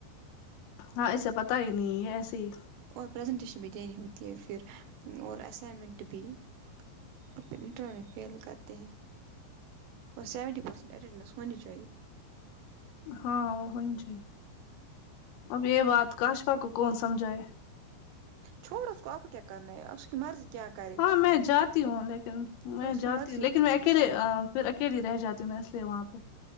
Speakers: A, on the left; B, on the right.
A: ہاں اسے پتا ہی نہیں ایسے ہی
B: اور پریزنٹیشن بھی دینی ہوتی ہے پھر اور اسائنمنٹ بھی اور پنیٹ میں فیل کرتے ہیں اور سیونٹی پرسینٹ اٹنڈینس ہونی چاہے
A: ہاں وہ ہونی چاہیے اب یہ بات کشفا کو کون سمجھائے
B: چھوڈو اس کو آ کو کیا کرنا آ اس کی مرضی کیا کرے
A: ہاں میں جاتی
B: وہ
A: ہوں لیکن میں
B: اس کی
A: جاتی
B: مرضی
A: ہوں لیکن میں اکیلے
B: اس
A: پھر اکیلی رہ جاتی ہوں میں اس لیے وہاں پہ